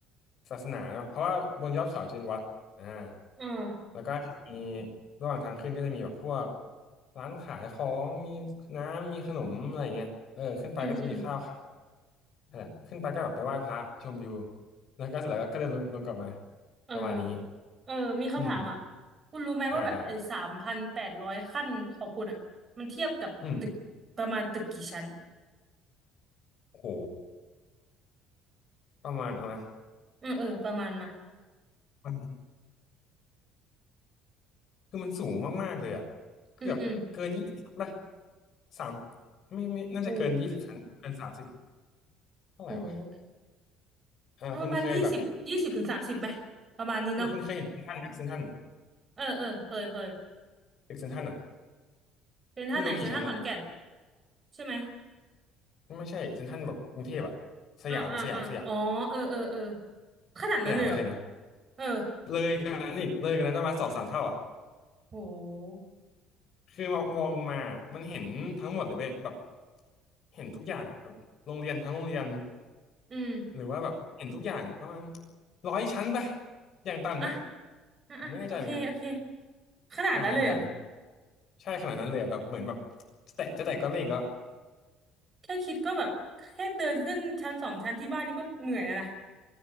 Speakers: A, on the left; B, on the right.
A: ศาสนาเนาะเพราะว่าบนยอดเขาจะเป็นวัดอ่า
B: เออ
A: แล้วก็จะมีระหว่างทางขึ้นก็จะมีแบบพวกร้านขายของมีน้ำมีขนมอะไรอย่างเงี้ยเออขึ้นไปก็จะมีข้าวขาย
B: อืมอืม
A: นั่นแหละขึ้นไปก็แบบไปไหว้พระชมวิวแล้วก็เสร็จแล้วก็เดินลงลงกลับมา
B: เออ
A: ประมาณนี้
B: เออมีคำถามอ่ะ
A: อืม
B: คุณรู้ไหมว่าแบบไอ้สามพันแปดร้อยขั้นของคุณอ่ะมันเทียบกับตึกประมาณตึกกี่ชั้น
A: อ่าได้ อืมโอ้โหประมาณเอานะ
B: อืมเออประมาณมา
A: มันคือมันสูงมากๆเลยอ่ะเกือบเกินยี่สิบป่ะ
B: อืมอืม
A: สามไม่ไม่น่าจะเกินยี่สิบชั้นเกินสามสิบ
B: โอ้โห
A: เท่าไหร่วะ
B: โอ้โห
A: อ่าคุณเคยแบบ
B: เอาประมาณยี่สิบยี่สิบถึงสามสิบไหมประมาณนี้เนาะ
A: คุณคุณเคยเห็นเซ็นทรัลไหมเซ็นทรัล
B: เออเออเคยเคย
A: ตึกเซ็นทรัลอ่ะ
B: เป็นท่าไหนเซ็นทรัลขอนแก่น
A: ไม่รู้กี่ชั้นอ่ะ
B: ใช่ไหม
A: ไม่ใช่เซ็นทรัลแบบกรุงเทพอ่ะสยามมาสยามสยาม
B: อ่าอ่าอ่าอ๋อเออเออเออขนาดนั้นเลยเหรอ
A: สยามมาเคยนะ
B: เออ
A: เลยกันนั้นอีกเลยกันนั้นประมาณสองสามเท่าอ่ะ
B: โห
A: คือมองลงมามันเห็นทั้งหมดเลยเว้ยแบบเห็นทุกอย่างอะแบบโรงเรียนทั้งโรงเรียน
B: อืม
A: หรือว่าแบบเห็นทุกอย่างประมาณร้อยชั้นไปอย่างต่ำนะ
B: อ่ะอ่ะอ่ะโอเคโอเค
A: ผมไม่แน่ใจเหมือนกัน
B: ขนาดนั้นเลยเหรอ
A: อ่ะของคุณนะของคุณใช่ขนาดนั้นเลยอะแบบเหมือนแบบจะแตะจะแตะก้อนเมฆแล้ว
B: แค่คิดก็แบบแค่เดินขึ้นชั้นสองชั้นที่บ้านนี่ก็เหนื่อยแล้วนะ